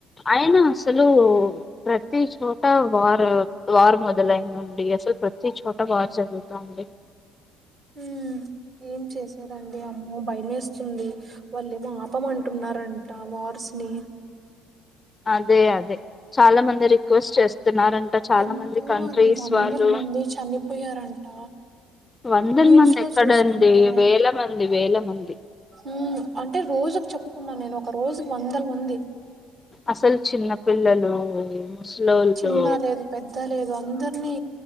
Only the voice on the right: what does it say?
ఉమ్ ఏం చేసేదండి అమ్మో. స్తుంది వాళ్ళేమో ఆపమంటున్నారంట వార్స్ని.
ఎంతో
అండి వందల
మంది చనిపోయారంట
న్యూస్ లో
చూస్తుంటే
ఉమ్ అంటే రోజుకి చెప్పుకున్నాను నేను ఒక రోజుకి వందల మంది.
చిన్న లేదు పెద్ద లేదు అందరినీ